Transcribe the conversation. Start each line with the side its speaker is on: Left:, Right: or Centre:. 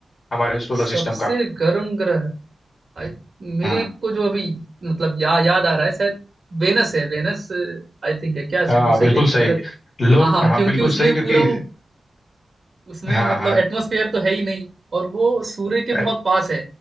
Left: हमारे सोलर
Right: सबसे
Left: सिस्टम का
Right: गर्म ग्रह आई मेरे
Left: हम्म
Right: को जो अभी मतलब या, याद आ रहा है शायद वेनस है वेनस आई थिंक है क्या
Left: हाँ
Right: वो सही
Left: बिल्कुल
Right: है कि
Left: सही
Right: गलत है
Left: लोग
Right: हाँ हाँ
Left: हाँ
Right: क्योंकि
Left: बिल्कुल
Right: उसमें
Left: सही क्योंकि
Right: पूरा वो उसमें
Left: हाँ
Right: मतलब
Left: हाँ
Right: एटमॉस्फेयर तो है ही नहीं और वो सूर्य के
Left: अ-
Right: बहुत पास है